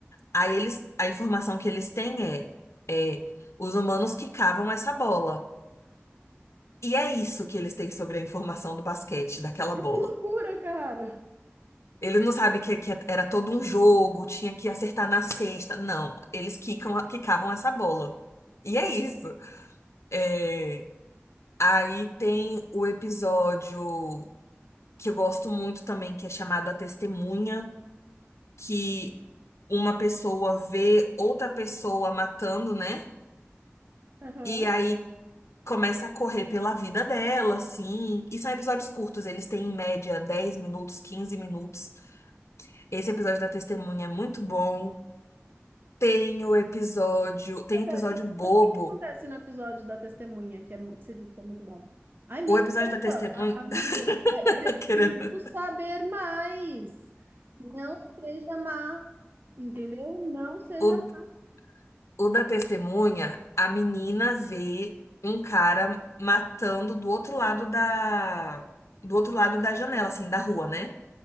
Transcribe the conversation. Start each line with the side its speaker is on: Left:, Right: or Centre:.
Left: Aí eles, a informação que eles têm é, é os humanos quicavam essa bola. E é isso que eles têm sobre a informação do basquete, daquela
Right: Que
Left: bola.
Right: loucura, cara!
Left: Eles não sabem que, que era todo um jogo, tinha que acertar na cesta. Não, eles quicam, quicavam essa bola. E é isso. É, Aí tem o episódio. que eu gosto muito também, que é chamada testemunha, que uma pessoa vê outra pessoa matando, né?
Right: Aham.
Left: E aí começa a correr pela vida dela, assim. E são episódios curtos, eles têm em média 10 minutos, 15 minutos. Esse episódio da testemunha é muito bom. Tem o episódio,
Right: O
Left: tem
Right: que
Left: episódio
Right: acontece- né?
Left: bobo.
Right: Mas o que que acontece no episódio da testemunha, que, é, mu- que você disse que é muito bom? Ai, me
Left: O episódio
Right: conta,
Left: da testemunha,
Right: a- amiga,
Left: <laughs>
Right: é, preciso
Left: querendo.
Right: saber mais. Não seja má, entendeu? Não seja
Left: o
Right: má.
Left: O da testemunha, a menina vê um cara matando do outro lado da do outro lado da janela, assim, da rua, né?